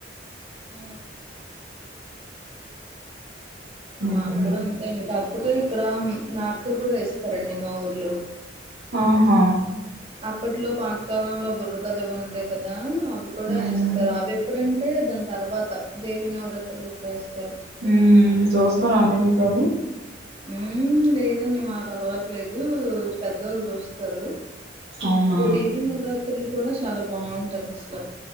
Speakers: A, on the right; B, on the right.
A: హ్
B: హ్మ్.
A: మాక్ కూడా అంతే అండి కాకపోతే ఇక్కడ నాటకలు కూడా వేస్తారండి మా ఊర్లో
B: ఆహా
A: అప్పట్లో పాతకాలంలో బుర్ కథ ఉంటయి. కదా ఉ అవి కూడా
B: హ్మ్
A: వేస్తారు. అవి ఎప్పుడంటే దాని తర్వాత దేవి నవరాత్రులప్పుడు వేస్తారు.
B: హ్మ్ చూస్తారండి మీరు అవి
A: మ్ లేదండి మాక్ అలవాట్లేదు. పెద్దోళ్ళు చూస్తారు.
B: అవునా
A: దేవి నవరాత్రులు కూడా చాలా బావుంటది. అసలు